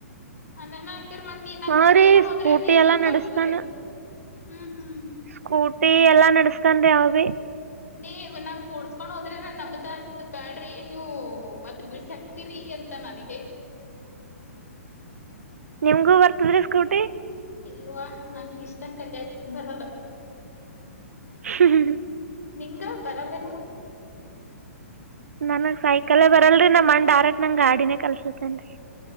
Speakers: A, on the left; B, on the right.
A: ಅ ನ ಹರ್ ಮಂದ ನೀ ನಂಗ
B: ಹಾ
A: ಕೂಡ್ಸ್ಕೊಂಡ್
B: ರೀ
A: ಹೋದ್ರೆ
B: ಸ್ಕೂಟಿ
A: ನಿಂಗ
B: ಎಲ್ಲಾ ನಡಸ್ತಾನ
A: ಬರ್ತದ ಹ್ಮ್ ಹ್ಮ್
B: ಸ್ಕೂಟಿ ಎಲ್ಲಾ ನಡೆಸ್ತನ್ ರೀ ಅವಿ
A: ನೀವ ನಂಗ ಕೂಡ್ಸ್ಕೊಂಡ್ ಹೋದ್ರಿ ನಾನ್ ನಂಬತಾ ಅಂತ ಅಂದ್ರ ಬ್ಯಾಡ್ ರಿ ಇನ್ನು ಮತ್ತ ಬಿಳಸ ಹಾಕ್ತಿರಿ ಎಂತಾ ನನಗೆ
B: ನಿಮಗೂ ಬರ್ತದ್ ರಿ ಸ್ಕೂಟಿ
A: ಇಲ್ವಾ ನನಗ ಇಷ್ಟ ಕಲಿಯಕ್ ಬರಲ್ಲ
B: ಹ್ಮಹ್ಮ್ ಹ್ಮ್
A: ನಿಂಗ ಬರಲ್ಲ ಏನ್
B: ನನಗ ಸೈಕಲ್ ಬರಲ್ಲ ರಿ ನಮ್ಮ ಅಣ್ಣ ಡೈರೆಕ್ಟ್ ನಂಗ ಗಾಡಿನೇ ಕಲಿಸಿದನೆ ರಿ